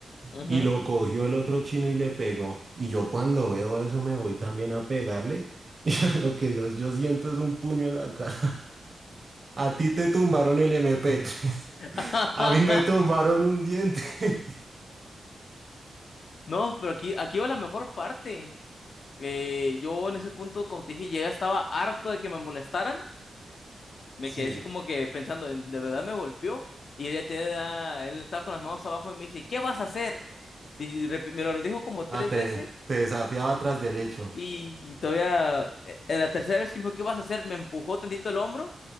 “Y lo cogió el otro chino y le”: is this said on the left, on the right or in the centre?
Right